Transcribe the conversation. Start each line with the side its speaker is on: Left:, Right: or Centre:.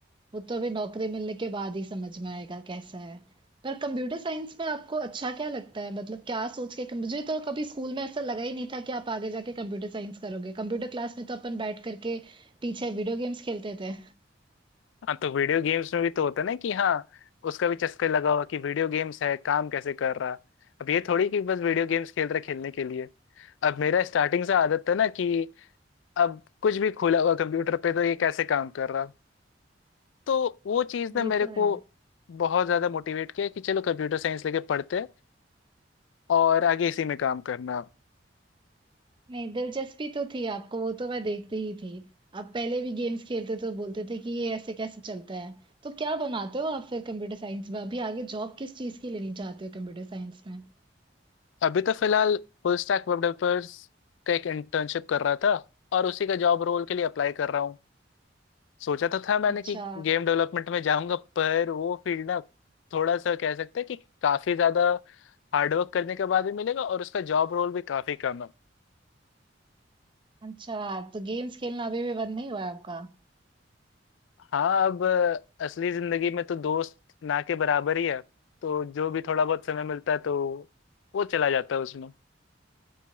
Right: वो तो अभी नौकरी मिलने के बाद ही समझ में आएगा कैसा है पर कंप्यूटर साइंस में आपको अच्छा क्या लगता है मतलब क्या सोच के मुझे तो कभी स्कूल में ऐसा लगा ही नहीं था कि आप आगे जाके कंप्यूटर साइंस करोगे कंप्यूटर क्लास में तो अपन बैठ करके पीछे वीडियो गेम्स खेलते थे
Left: हाँ तो वीडियो गेम्स में भी तो होता है ना कि हाँ उसका भी चस्का लगा हुआ कि वीडियो गेम्स है काम कैसे कर रहा अब ये थोड़ी कि बस वीडियो गेम्स खेल रहा है खेलने के लिए अब मेरा स्टार्टिंग से आदत था ना कि अब कुछ भी खुला हुआ कंप्यूटर पे तो ये कैसे काम कर रहा तो वो चीज़
Right: ये
Left: ने मेरे
Right: तो
Left: को
Right: है
Left: बहुत ज़्यादा मोटिवेट किया कि चलो कंप्यूटर साइंस लेके पढ़ते हैं और आगे इसी में काम करना
Right: नहीं दिलचस्पी तो थी आपको वो तो मैं देखती ही थी आप पहले भी गेम्स खेलते तो बोलते थे कि ये ऐसे कैसे चलता है तो क्या बनाते हो आप फिर कंप्यूटर साइंस में अभी आगे जॉब किस चीज की लेनी चाहते हो कंप्यूटर साइंस में
Left: अभी तो फिलहाल फुल स्टैक वेब डेवलपर्स का एक इंटर्नशिप कर रहा था और उसी का जॉब रोल के लिए अप्लाई कर रहा हूँ सोचा तो था मैंने
Right: अच्छा
Left: कि गेम डेवलपमेंट में जाऊंगा पर वो फील्ड ना थोड़ा सा कह सकते हैं कि काफी ज्यादा हार्डवर्क करने के बाद भी मिलेगा और उसका जॉब रोल भी काफी कम है
Right: अच्छा तो गेम्स खेलना अभी भी बंद नहीं हुआ है आपका
Left: हाँ अब अ, असली जिंदगी में तो दोस्त ना के बराबर ही है तो जो भी थोड़ा बहुत समय मिलता है तो वो चला जाता है उसमें